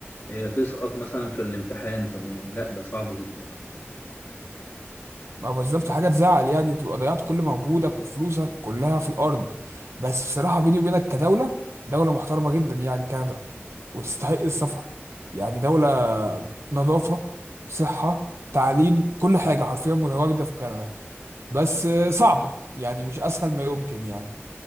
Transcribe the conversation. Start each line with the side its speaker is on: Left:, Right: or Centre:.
Left: إيه، تسقط مثلا في الامتحان طب يعني لا ده صعب جدا يعني
Right: ما هو بالظبط حاجه تزعل يعني تبقى ضيعت كل مجهودك وفلوسك كلها في الارض بس بصراحه بيني وبينك كدوله دوله محترمه جدا يعني كندا وتستحق السفر يعني دوله نظافه صحه تعليم كل حاجه حرفيا متواجده في كندا بس آه، صعبه يعني مش اسهل ما يمكن يعني